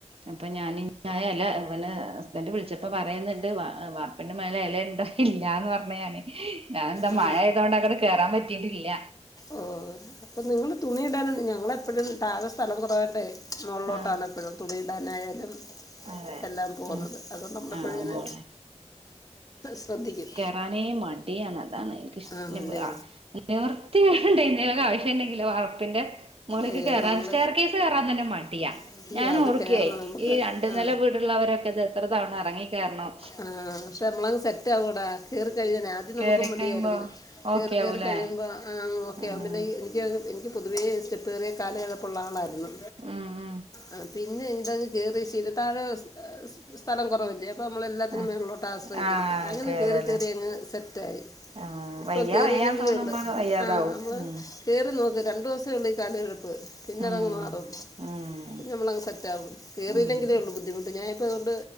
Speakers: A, on the right (about 55°); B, on the left (about 30°).
A: അപ്പൊ ഞാന് ഞാന് അല്ല പിന്നെ ഹസ്ബന്റ് വിളിച്ചപ്പോ പറയുന്നുണ്ട് വാ വാർപ്പിന്റെ മേലെ എല ഇണ്ടോ ഇല്ലാന്ന് പറഞ്ഞ് ഞാന് ഞാൻ എന്താ
B: ആ
A: മഴ ആയത്കൊണ്ട് അങ്ങട് കേറാൻ പറ്റീട്ടില്ല
B: ഓഹ് അപ്പൊ നിങ്ങള് തുണിയിടാനാണ് ഞങ്ങളെപ്പഴും താഴെ സ്ഥലം കൊറവായോണ്ടേയ് മൊകളിലോട്ടാണ്
A: ആഹ്
B: എപ്പഴും തുണിടാനായാലും
A: അതെ
B: എല്ലാം പോവുന്നത്
A: ഉം
B: അതുകൊണ്ട് നമ്മള് എപ്പഴങ്ങനെ
A: ആഹ് മോളില്
B: ശ്രദ്ധിക്കും
A: ക്കാനേ മ ഡി അതാണ് എനിക്ക് ഇഷ്
B: ആണല്ലേ
A: ഇനിപ്പോ ആ നിർത്തിക്കേട് കൊണ്ട് എന്തേലും ആവശ്യം ഇണ്ടെങ്കിലോ വാർപ്പിന്റെ മോളക്ക്
B: അയ്യോ
A: കയറാൻ
B: നമ്മൾ
A: സ്റ്റർ കേസ് കേയറാൻ തന്നെ മടിയാ
B: അയ്യോ
A: ഞാന്
B: അത്
A: ഓർക്കെ
B: കയറണം നമുക്ക്
A: ഈ ര രണ്ട്
B: ആ
A: നില വീടുള്ളവരൊക്കെ ഇത് എത്ര തവണ അറങ്ങികേരണം
B: ആ പക്ഷെ നമ്മളങ്ങ് സെറ്റ് ആവൂട കേറി കഴിഞ്ഞ ആദ്യം നമുക്ക്
A: കേറി
B: മടിയ
A: കഴിയുമ്പോ
B: കേറുന്ന കേറി
A: ഓക്കെ
B: കേറി
A: ആവൂലേ
B: കഴിയുമ്പോ അങ്ങോ ഒക്കെ
A: ആഹ്
B: ആകുബത്തേക്കും എനിക്ക് എനിക്ക് പൊതുവേ സ്റ്റാപ്പക്കറിയ കാല് കഴപ്പുള്ള ആളായിരുന്നു
A: ഉം ഉം
B: ആഹ് പിന്നെ ഇതങ്ങ് കേറി ശീല താഴെ ഏ സ്ഥലം കുറവല്ലേ ഇപ്പൊ നമ്മളെല്ലാത്തിനും
A: ആഹ്
B: മേളിലോട്ടാ ആശ്രയിക്കണ്ത്
A: ആഹ്
B: അങ്ങനെ
A: കേറല്ലേ
B: കേറി കേറി അങ്ങ് സെറ്റായി
A: ആഹ്
B: ഇപ്പം
A: വയ്യ
B: കേയറിയില്ലെങ്കിലേള്ളൂ
A: വയ്യാന്ന് തോന്നുമ്പോ വയ്യാതാവും
B: ആഹ് നമ്മള്
A: ഉം
B: കേറി നോക്ക് രണ്ടു ദിവസേ ഉള്ളൂ ഈ കാല് കഴപ്പ് പിന്നെ
A: ഉം
B: അതങ്ങ് മാറും
A: ഉം
B: പിന്നെ നമ്മളങ് സെറ്റാകും കറില്ലെങ്കിലേള്ളു
A: ഉം
B: ബുദ്ധിമുട്ട് ഞാനിപ്പം ഇതൊണ്ട്